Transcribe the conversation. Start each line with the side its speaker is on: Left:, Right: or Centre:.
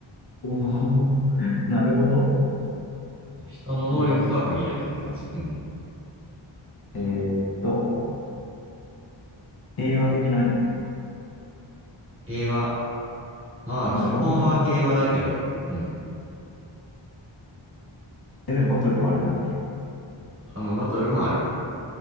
Left: おおー、<laughs> なるほど。
Right: 人の能力とは限らないって感じ。
Left: うん
Right: うん。
Left: えーっと、平和的なアニメ。
Right: 平和。まあ、
Left: あれ、
Right: 基本は平和だけど、
Left: バトルだから。
Right: うん。
Left: え、でもバトルはあるんだっけ
Right: あ、まあ、バトルもある。